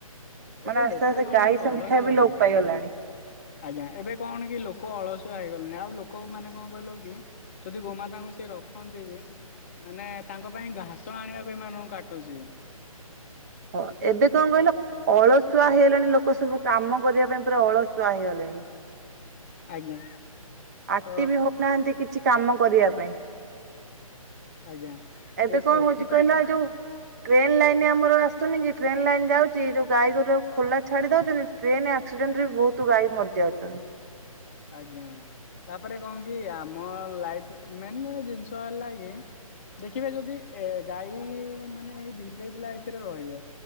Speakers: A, on the left; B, on the right.
A: ଏବେ
B: ମାନେ ଆସ୍ତେ
A: ଲୋକ
B: ଆସ୍ତେ
A: କଣ
B: ଗାଈ
A: କି
B: ସଂଖ୍ୟା
A: ଅଳସୁଆ
B: ବି ଲୋପ
A: ହେଇଗଲେଣି
B: ପାଇଗଲାଣି।
A: ଆଜ୍ଞା ଏବେ କଣ କି ଲୋକ ଅଳସୁଆ ହେଇଗଲେଣି ଆଉ ଲୋକ ମାନେ କଣ କହିଲ କି ଯଦି ଗୋମାତାଙ୍କୁ ସେ ରଖନ୍ତି ବି ମାନେ ତାଙ୍କ ପାଇଁ ଘାସ ଆଣିବାକୁ ଏମାନାନଙ୍କୁ କାଟୁଚି।
B: ହଁ ଏବେ କଣ କହିଲ ଅଳସୁଆ ହେଇଗଲାଣି ଲୋକ ସବୁ କାମ କରିବା ପାଇଁ ପୁରା ଅଳସୁଆ ହେଇଗଲେଣି।
A: ଆଜ୍ଞା।
B: ଆକ୍ଟିଭ
A: ତ
B: ବି ହଉନାହାନ୍ତି କିଛି। କାମ କରିବା ପାଇଁ।
A: ଆଜ୍ଞା
B: ଏବେ
A: ଏଇ
B: କଣ
A: ସେଥିପାଇଁ
B: ହଉଛି କହିଲା
A: ତ
B: ଯୋଉ ଟ୍ରେନ ଲାଇନ୍ ଆମର ଆସୁନି କି ଟ୍ରେନ୍ ଲାଇନ୍ ଯାଉଛି ଯୋଉ ଗାଈ ଘୋର ଖୋଲା ଛାଡି ଦଉଛନ୍ତି ଟ୍ରେନ ଆକ୍ସିଡେଣ୍ଟ ରେ ବି ବହୁତ ଗାଈ ମରି ଯାଉଛନ୍ତି।
A: ଆଜ୍ଞା ତାପରେ କଣ କି ଆମ ଲାଇଫ ମେନ୍ ଜିନିଷ ହେଲା କି ଦେଖିବେ ଯଦି ଏ ଗାଈ ମାନେ ଏଇ ଭିଲେଜ ଲାଇଫରେ ରହିବେ